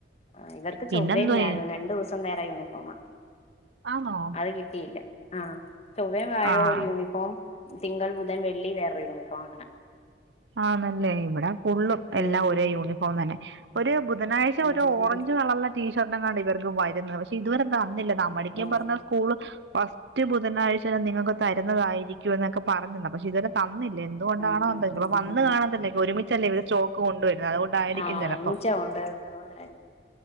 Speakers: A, on the left (about 35°); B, on the right (about 75°).
A: അഹ് ഇവർക്ക്
B: പിന്നെന്തുവാ
A: ചൊവയും വ്യാഴവും രണ്ടു ദിവസം വേറെ യൂണിഫോം
B: ആന്നോ
A: അത് കിട്ടിയില്ല ആഹ് ചൊവ്ം വാഴ
B: ആഹ്
A: ഒരു യൂണിഫോം തിങ്കൾ ബുധൻ വെള്ളി വേറൊരു യൂണിഫോം ആണ്
B: ആന്നല്ലേ ഇവിടെ ഫുള്ളും
A: ഉം
B: എല്ലാം ഒരേ യൂണിഫോം തന്നെ ഒരു ബുധനാഴ്ച
A: ഉം
B: ഒരു ഓറഞ്ച്
A: ഉം
B: കളറിലുള്ള ടീഷർട്ട് എങ്ങെയാണ് ഇവർക്ക് വരുന്നത് പക്ഷെ ഇതുവരെ തന്നില്ല നമ്മടക്ക
A: ഓ
B: പറഞ്ഞ സ്കൂള് ഫസ്റ്റ് ബുധനാഴ്ച തന്ന നിങ്ങൾക്ക് തരുന്നതായിരിക്കും എന്നൊക്കെ പറഞ്ഞില്ല പക്ഷെ ഇതുവരെ തന്നില്ലേ എന്തുകൊണ്ടാണോ
A: ഉം ഉം
B: എന്തെ
A: ഉം
B: വന്നു കാണ ന്നെ ഒരുമിച്ചല്ലേ ഇവത് സ്റ്റോക്ക് കൊണ്ടുവരരുന്നു അതുകൊണ്ടായിരിക്കും
A: ആ
B: ചിലപ്പോ
A: ഉം ഉച്ച ഉണ്ട് അതുകൊണ്ടായിരിക്കും